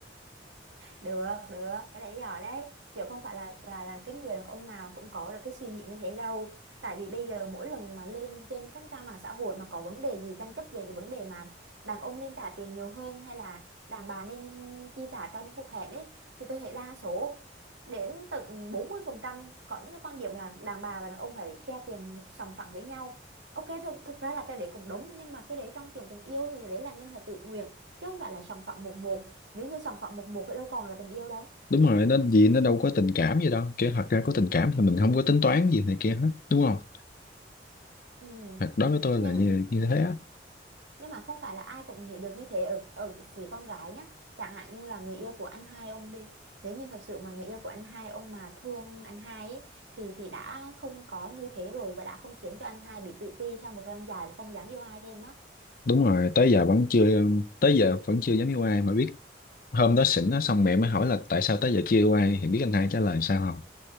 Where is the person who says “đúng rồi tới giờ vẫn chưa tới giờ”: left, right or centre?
Left